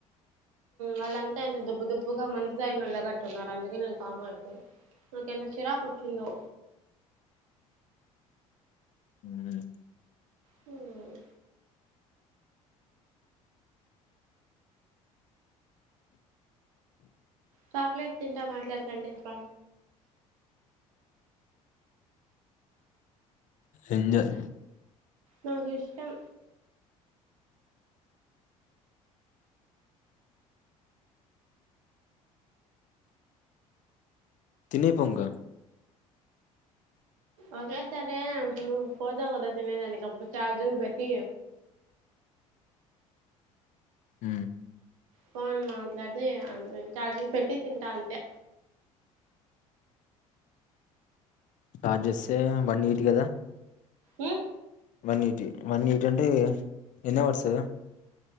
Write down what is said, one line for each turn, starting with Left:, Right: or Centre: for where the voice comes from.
Right: వాళ్ళంతా ఎంత దుబ్బు దుబ్బుగా మంది తగినోళ్ళగట్టున్నారు అందుకే నేను కామ అయిపోయిను నాకు ఎంత చిరాకు వచ్చిందో
Left: హ్మ్
Right: హ్మ్ చాక్లెట్ తింటా మాట్లాడకండి ఇంత
Left: ఎంజయ్
Right: నాకు ఇష్టం
Left: తినీ పొంగ
Right: ఒకే సరే నువ్వు పోతావు కదా త దని కప్పు చార్జింగ్ పెట్టి
Left: హ్మ్
Right: ఫోను మాట్లాడితే అ చార్జింగ్ పెట్టి తింటా అంతే
Left: చార్జెస్తే బన్నీటి కదా
Right: ఊ
Left: వన్ ఎయిటీ వన్ ఎయిటీ అంటే యెన్ hours